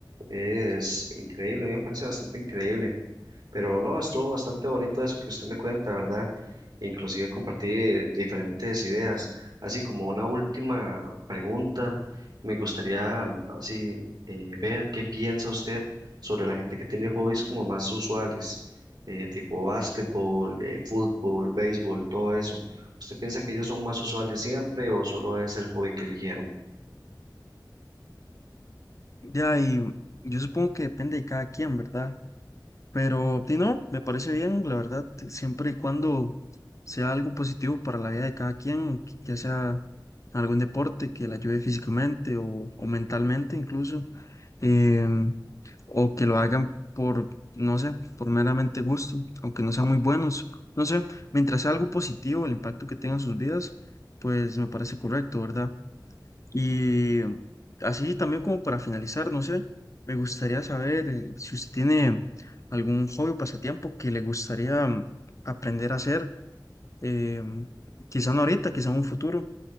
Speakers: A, on the right; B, on the left.
A: Es increíble, a mí me parece bastante increíble. Pero no, estuvo bastante bonito eso que usted me cuenta, ¿verdad? Inclusive compartí diferentes ideas. Así como una última pregunta, me gustaría mm, así eh, ver qué piensa usted sobre la gente que tiene hobbies como más usuales, eh, tipo básquetbol, eh, fútbol, béisbol, todo eso. ¿Usted piensa que ellos son más usuales siempre o solo es el hobby que eligieron?
B: Ya, y yo supongo que depende de cada quien, ¿verdad? Pero, si no, me parece bien, la verdad, siempre y cuando sea algo positivo para la vida de cada quien, ya sea algún deporte que la ayude físicamente o, o mentalmente incluso. eh, o que lo hagan por, no sé, por meramente gusto, aunque no sean muy buenos. No sé, mientras sea algo positivo, el impacto que tenga en sus vidas, pues me parece correcto, ¿verdad? Y así también como para finalizar, no sé, me gustaría saber eh, si usted tiene algún hobby o pasatiempo que le gustaría mm, aprender a hacer, eh, quizá no ahorita, quizá en un futuro,